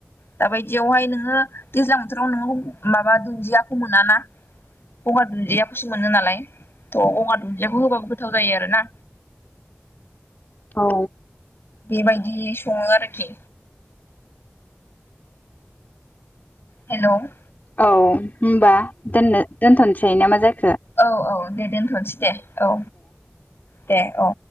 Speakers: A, on the left; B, on the left.
A: दाबायदियावहाय नोङो दैज्लां बोथोराव नोङो माबा दुन्दियाखौ मोन ना गंगार दुन्दियाखौसो मोनो नालाय थ' गंगार दुन्दियाखौ होबाबो गो गोथाव जायो आरोना।
B: औ
A: बेबायदि सङो आरोखि हेल'
B: औ होनबा दोननो दोनथ'नोसै नामा जां
A: औ औ दे दोनथ'नोसै दे औ दे औ।